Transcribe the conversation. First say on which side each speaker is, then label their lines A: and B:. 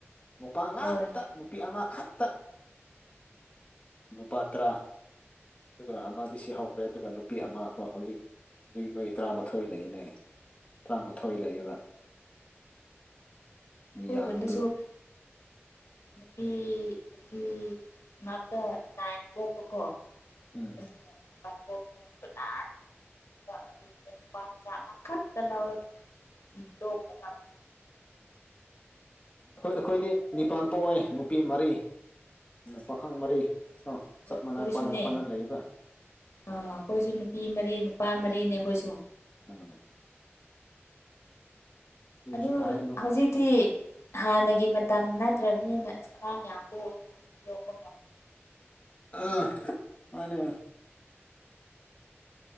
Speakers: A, on the left; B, on the left.
A: ꯅꯨꯄꯥ ꯉꯥꯛꯇ
B: ꯍꯣꯏ
A: ꯅꯨꯄꯤ ꯑꯃꯈꯛꯇ ꯅꯨꯄꯥ ꯇꯔꯥ ꯑꯗꯨꯒ ꯑꯃꯗꯤ ꯁꯤ ꯍꯧꯈ꯭ꯔꯦ ꯑꯗꯨꯒ ꯅꯨꯄꯤ ꯑꯃꯗꯣ ꯍꯧꯖꯤꯛ ꯍꯧꯖꯤꯛ ꯅꯣꯏ ꯇꯔꯥꯃꯥꯊꯣꯏ ꯂꯩꯅꯦ ꯇꯔꯥꯃꯥꯊꯣꯏ ꯂꯩꯕ
B: ꯍꯣ
A: ꯌꯥꯝꯕꯗꯣ
B: ꯗꯨꯁꯨꯣ ꯅꯨꯄꯤ ꯅꯨꯄꯤ ꯉꯇ ꯇꯥꯏ ꯄꯣꯛꯄꯀꯣ
A: ꯎꯝ
B: ꯎ <unintelligible> <inaudible> ꯅꯥ ꯑꯁꯤ ꯅꯨꯄꯥ ꯃꯆꯥ ꯑꯃꯈꯛꯇ ꯂꯧꯒꯅꯤ <unintelligible> <inaudible>
A: ꯑꯩꯈꯣꯏ ꯑꯩꯈꯣꯏꯗꯤ ꯅꯤꯄꯥꯟ ꯄꯥꯎꯦ ꯅꯨꯄꯤ ꯃꯔꯤ ꯄꯥꯈꯪ ꯃꯔꯤ ꯆꯞ
B: ꯑꯣ ꯑꯩꯈꯣꯏꯁꯨꯅꯦ
A: ꯃꯥꯟꯅ ꯄꯅꯥ ꯄꯅ ꯂꯩꯕ
B: ꯑ ꯑꯩꯈꯣꯏꯁꯨ ꯅꯨꯄꯤ ꯃꯔꯤ ꯄꯥ ꯃꯔꯤꯅꯦ ꯑꯩꯈꯣꯏꯁꯨ
A: ꯎꯝ ꯑꯗꯨꯁꯨ
B: ꯑꯗꯨ
A: ꯐꯩ
B: ꯍꯧꯖꯤꯛꯇꯤ ꯍꯥꯟꯅꯒꯤ ꯃꯇꯝ ꯅꯠꯇ꯭ꯔꯕꯅꯤꯅ ꯁꯥꯔ ꯌꯥꯝꯌ ꯌꯣꯛꯄ
A: ꯑ ꯃꯥꯅꯦ